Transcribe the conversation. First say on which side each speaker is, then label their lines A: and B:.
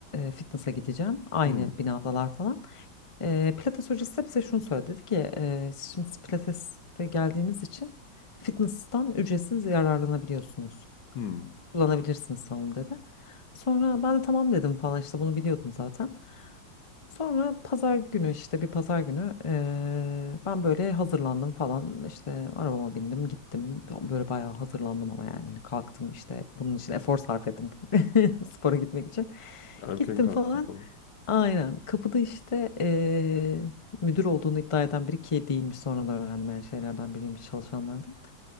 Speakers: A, on the left; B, on the left.
A: e, fitness'a gideceğim aynı
B: Hmm,
A: binadalar falan. Ee, pilates hocası da bize şunu söyledi dedi ki "Ee, siz şimdi pilates'te geldiğiniz için fitness'tan ücretsiz yararlanabiliyorsunuz
B: hmm.
A: kullanabilirsiniz salonu dedi. Sonra ben de tamam dedim falan işte bunu biliyordum zaten. Sonra pazar günü işte bir pazar günü eee, ben böyle hazırlandım falan işte arabama bindim gittim böyle bayağı hazırlandım ama yani hani kalktım işte bunun için efor sarf ettim <laughs> spora gitmek için
B: Erken
A: gittim
B: kalktım
A: falan
B: falan.
A: aynen kapıda işte eee, müdür olduğunu iddia eden biri ki değilmiş sonradan öğrendim yani şeylerden biriymiş çalışanlardan